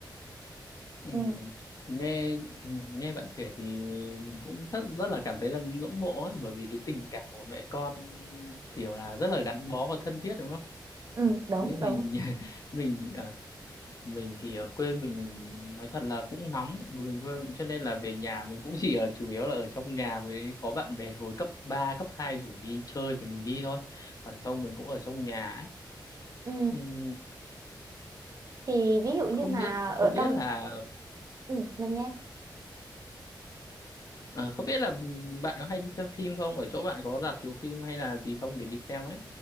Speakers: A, on the left; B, on the right.
A: Ừ.
B: ừ,
A: nghe ừ. nghe bạn kể thì mình cũng rất rất là cảm thấy là ngưỡng mộ ấy bởi vì cái tình cảm của mẹ con kiểu là rất là gắn bó và thân thiết đúng không?
B: ừ, đúng
A: Thế mình
B: đúng
A: <laughs> mình mình thì ở quê mình nói thật là cũng nóng người quê- cho nên là về nhà mình cũng chỉ ở chủ yếu là ở trong nhà với có bạn bè hồi cấp 3, cấp 2 rủ đi chơi thì mình đi thôi còn không mình cũng ở trong nhà ấy.
B: ừ.
A: Ừm,
B: thì ví dụ như
A: không
B: mà
A: biết
B: ở
A: không biết
B: trong
A: là
B: ừ, mình nghe
A: ờ, không biết là bạn có hay đi xem phim không ở chỗ bạn có rạp chiếu phim hay là gì không để đi xem ấy